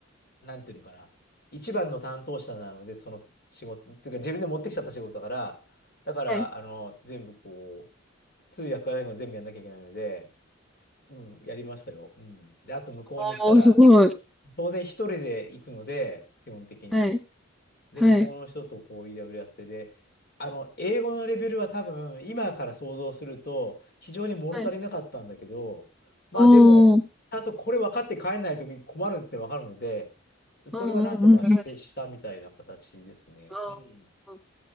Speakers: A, on the left; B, in the centre.
A: なんていうのかな一番の担当者なのでその仕事っていうか自分で持ってきちゃった仕事だからだからあの全部こう
B: はい。
A: 通訳からら全部やんなきゃいけないので、うん、やりましたよ。うん、であと向こうに行ったら
B: おー、すごい。
A: 当然一人で行くので基本的に。
B: はい、
A: で、
B: はい、
A: 向こうの人とこう、いろいろやってで、あの、英語のレベルは多分、今から想像すると、非常に物足りなかったんだけど、
B: はい。
A: まあでも、
B: おー、
A: ちゃんとこれ分かって帰んないときに困るって分かるので、それはなんとかして、
B: おー、おー、うん、それはね
A: したみたいな形ですね。
B: お
A: うん。
B: ー